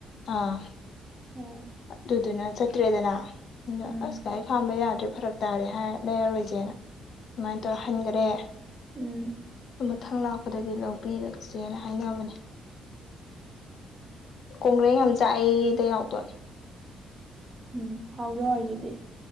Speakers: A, on the left (about 60°); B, on the right (about 30°).
A: ꯑꯥ
B: ꯑꯣ
A: ꯑꯗꯨꯗꯨꯅ ꯆꯠꯇ꯭ꯔꯦꯗꯅ
B: ꯎꯝ
A: ꯑꯁ ꯔꯤ ꯈꯥꯝꯕ ꯌꯥꯗ꯭ꯔꯦ ꯐꯔꯛ ꯇꯥꯔꯦ ꯍꯥꯏꯔ ꯂꯩꯔꯔꯣꯏꯁꯦꯅ ꯑꯗꯨꯃꯥꯏꯅ ꯇꯧꯔ ꯍꯟꯈꯔꯦ
B: ꯎꯝ
A: ꯃꯊꯪ ꯂꯥꯛꯄꯗꯗꯤ ꯂꯧꯕꯤꯔꯛꯁꯦꯅ ꯍꯥꯏꯅꯕꯅꯦ ꯈꯣꯡ꯭ꯔꯩ ꯌꯥꯝ ꯆꯥꯛꯏ ꯇꯅꯥꯎꯇꯣꯂꯦ
B: ꯎꯝ ꯍꯥꯎꯗ ꯍꯣꯏ ꯑꯗꯨꯗꯤ